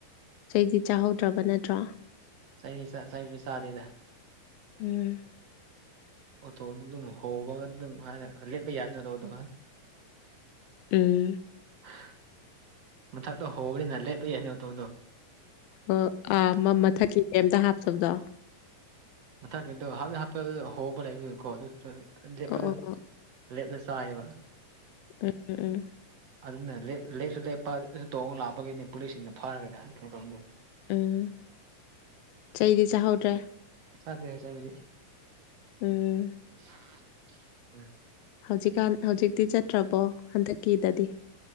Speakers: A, on the left (about 85°); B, on the right (about 50°).
A: ꯆꯩꯗꯤ ꯆꯥꯍꯧꯗ꯭ꯔꯕ ꯅꯠꯇ꯭ꯔꯣ
B: ꯆꯩ ꯆꯩꯗꯤ ꯆꯥꯗꯦꯗ
A: ꯎꯝ
B: ꯑꯣꯇꯣꯗꯨ ꯑꯗꯨꯝ ꯍꯣꯕꯒ ꯑꯗꯨꯝ ꯍꯥꯏꯅ ꯂꯦꯞꯄ ꯌꯥꯗꯦꯗꯅ ꯑꯣꯇꯣꯗꯣ
A: ꯎꯝ
B: ꯑ ꯃ ꯑ ꯑꯗꯨ ꯍꯣꯅ ꯅ ꯂꯩ ꯄꯩꯅꯧ ꯇꯣ
A: ꯑꯣ ꯑꯥ ꯃ ꯃꯊꯛꯀꯤ ꯀꯩꯝꯇ ꯍꯥꯞꯇꯕꯗꯣ
B: ꯃꯊꯛ ꯀꯗꯣ ꯍꯥꯞ ꯍꯥꯞꯄ ꯍꯣꯕ ꯂꯩꯀꯣ ꯑꯗꯨ ꯂꯦꯞꯄ
A: ꯑꯣ
B: ꯑꯗꯨ
A: ꯑꯣ ꯑꯣ
B: ꯑꯂꯦꯕꯁꯥꯏꯕ
A: ꯎꯝ ꯎꯝ ꯎꯝ
B: ꯑꯗꯨꯅ ꯂ ꯂꯦꯞꯁꯨ ꯂꯦꯞꯄ ꯑꯗꯨ ꯇꯣꯡꯅ ꯂꯥꯛꯞꯄꯒꯤꯅꯦ ꯄꯨꯂꯤꯁꯁꯤꯡꯅ ꯐꯥꯔꯒꯗꯤ ꯀꯩꯅꯣ ꯇꯧ
A: ꯎꯝ ꯆꯩꯗꯤ ꯆꯥꯍꯧꯗ꯭ꯔꯦ
B: ꯁꯥꯗꯦ ꯍꯥꯏꯁꯕꯤꯗꯤ
A: ꯎꯝ
B: ꯍ <inaudible>
A: ꯍꯧꯖꯤꯛꯀꯥꯟ ꯍꯧꯖꯤꯛꯇꯤ ꯆꯠꯇ꯭ꯔꯕꯣ ꯍꯟꯗꯛꯀꯤꯗꯗꯤ